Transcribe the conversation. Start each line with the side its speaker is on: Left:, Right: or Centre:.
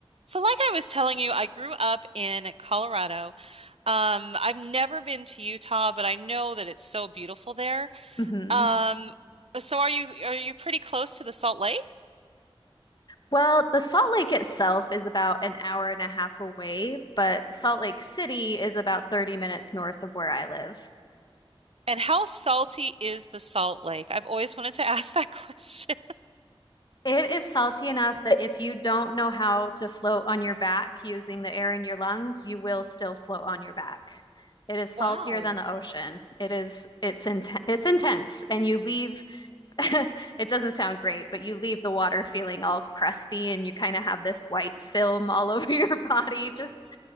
Right: So, like I was telling you, I grew up in Colorado. Um, I've never been to Utah, but I know that it's so beautiful there.
Left: hmm
Right: Um, so are you are you pretty close to the Salt Lake?
Left: Well, the Salt Lake itself is about an hour and a half away, but Salt Lake City is about 30 minutes north of where I live.
Right: And how salty is the Salt Lake? I've always wanted to ask that <laughs> question.
Left: It is salty enough that if you don't know how to float on your back using the air in your lungs, you will still float on your back. It is saltier
Right: Wow.
Left: than the ocean. It is it's in, it's intense and you leave <laughs> it doesn't sound great, but you leave the water feeling all crusty and you kind of have this white film all <laughs> over your body, just